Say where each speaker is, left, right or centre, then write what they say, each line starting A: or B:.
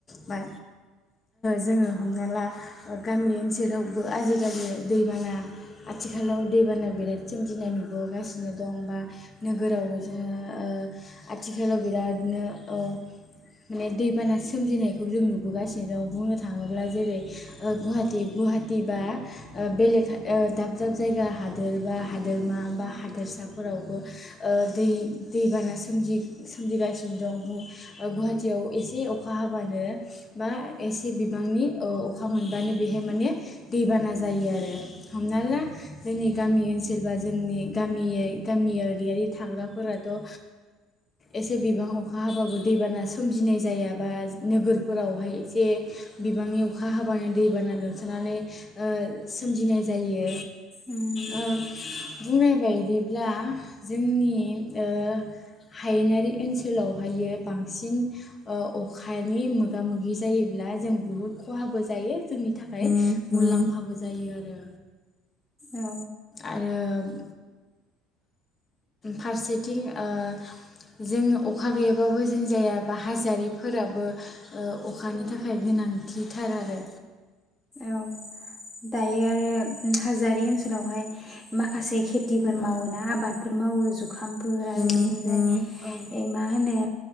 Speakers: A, on the left; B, in the centre.
A: बा जोङो हमना ला गामि ओनसोलावबो आजिखालि दैबाना आथिखालाव दैबाना बिराद सोमजिनाय नुबोगासिनो दं बा नोगोरावबो जोङो आथिखालाव बिरादनो ओ माने दैबाना सोमजिनायखौ जों नुबोगासिनो। बुंनो थाङोब्ला जेरै ओ गुवाहाटि गुवाहाटि बा बेलेग दाब दाब जायगा हादोर बा हादोरमा बा हादोरसाफोरावबो ओ दै दैबाना सोमजिगासिनो दं। बुं गुवाहाटियाव एसे अखा हाबानो बा एसे बिबांनि ओ अखा मोनबानो बेहाय माने दैबाना जायो आरो हमना ला जोंनि गामि ओनसोल बा जोंनि गामि गामि गामियारि थाग्राफोराथ' ओ एसे बिबां अखा हाबाबो दैबाना सोमजिनाय जायाबा नोगोरफोराव। बेवहाय एसे बिबांनि अखा हाबानो दैबाना लोमसानानै ओ सोमजिनाय जायो।
B: उम
A: ओ बुंनाय बायदिब्ला जोंनि ओ हायेनारि ओनसोलावहायो बांसिन ओ अखानि मो मोगा मोगि जायोब्ला जों बुहुद खहाबो जायो जोंनि थाखाय मुलाम्फाबो जायो आरो
B: औ
A: आरो फारसेथिं ओ जों अखा गैयाबाबो जों जायाबा हाजोरिफोराबो ओ अखानि थाखाय गोनांथिथार आरो
B: औ दायो आरो हाजोआरि ओनसोलावहाय माखासे खे खेथिफोर
A: ओ,
B: मावोना आबादफोर मावो जुखाम। फोर आरो
A: उम
B: बिथिंजाय
A: उम
B: ए मा होनो